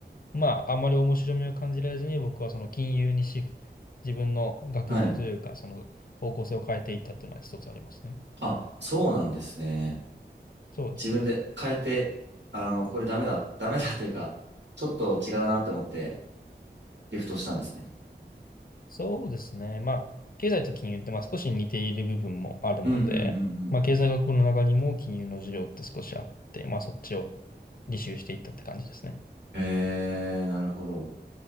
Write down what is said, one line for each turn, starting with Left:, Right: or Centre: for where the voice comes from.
Left: まああんまり面白みを感じられずに僕はその金融にシフト、自分の学部というかその方向性を変えていったっていうのは一つありますね。
Right: はい。あ、そうなんですね。
Left: そうですね。
Right: 自分で変えて、あの、これダメだ、ダメだっていうか、ちょっと違うなって思ってリフトしたんですね。
Left: そうですね。まあ経済と金融ってまあ少し似ている部分もあるので、
Right: うんうんうん
Left: まあ経済学部の中にも金融の授業って少しあって、まあそっちを履修していったって感じですね。
Right: うん。えー、なるほど。